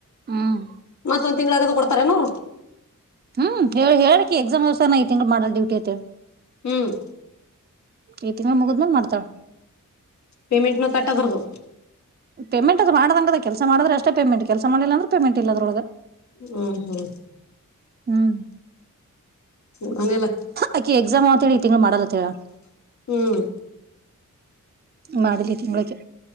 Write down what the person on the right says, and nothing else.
ಹ್ಮ್
ಹ್ಮ್ -ಹೇಳ ಹೇಳಕಿ ಎಕ್ಸಾಮ್ ದಸ ನಐ ತಿಂಗ್ ಮಾಡಲ್ ಡ್ಯೂಟಿ ಐತೆ.
ಈ- ತಿಂಗ ಮುಗದ್ಮೇಲ್ ಮಾಡ್ತಾಳ
ಪೇಮೆಂಟ್ ಅದು ಮಾಡಂಗದ ಕೆಲಸ ಮಾಡಿದ್ರೆಷ್ಟೇ ಪೇಮೆಂಟ್ಲ್ಸ ಮಾಡಿಲ್ಲ ಅಂದ್ರೆ ಪಮೆಂಟ್ ಇದೊಳಗೆ
ಹ್ಮ್
ಆಕಿ ಎಕ್ಸಾಮ್ ಈ- ತಿಂಗ ಮಾಡಲ್ಲತ್ತ ಹೇಳ
ಮಾಡಲಿ ತಿಂಳಗ ಕೀ